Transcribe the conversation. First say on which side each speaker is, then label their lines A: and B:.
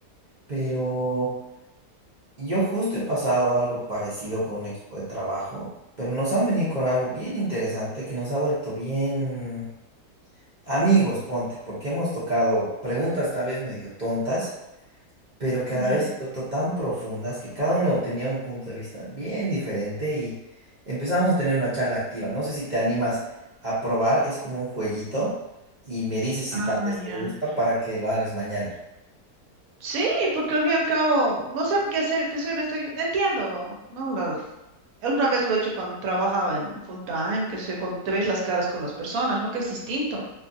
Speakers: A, on the right; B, on the right.
A: Pero yo justo he pasado algo parecido con un equipo de trabajo, pero nos han venido con algo bien interesante que nos ha vuelto bien amigos, ponte, porque hemos tocado preguntas tal vez medio tontas, pero que a
B: Ya.
A: la vez
B: Mm.
A: se han vuelto tan profundas que cada uno tenía un punto de vista bien diferente y empezamos a tener una charla activa. No sé si te animas a probar, es como un jueguito y me dices si
B: Ah,
A: tal vez
B: ya.
A: te gusta para que lo hagas mañana.
B: Sí, porque al fin y al cabo no sé qué hacer, te soy honesta, yo no entiendo, ¿no? Los- alguna vez lo he hecho cuando trabajaba en full time, que sé, cuando te ves las caras con las personas, ¿no? Que es distinto.